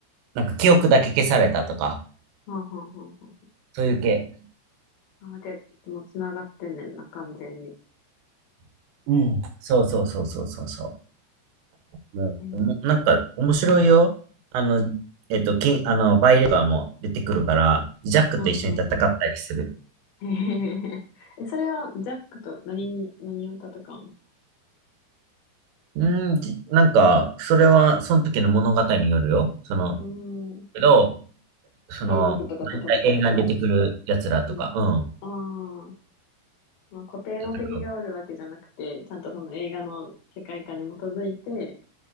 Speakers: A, on the right; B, on the left.
A: なんか記憶だけ消されたとか、
B: あ、はあ、はあ、は
A: そういう系。
B: あ。あ、で、でもつながってんねんな、完全に。
A: うん。そうそうそうそうそうそう。もう、
B: えー、
A: おもなんか面白いよ。あの、えっと、金、あの、バイレーカーも出てくるから、ジャックと一緒に戦ったりする。
B: うん、うん、うん。へへへえ、それは、ジャックと何に、何を戦う
A: うん、じなんか、それは、その時の物語によるよ。その、
B: のうーん。
A: けど、その、
B: 海賊とかと戦ったり
A: 大体映画に出てくる奴らとか、
B: うん。
A: うん、
B: ああ。まあ、固定の敵がおるわけじゃなくて、
A: 戦う
B: ちゃんとその映画の世界観に基づいて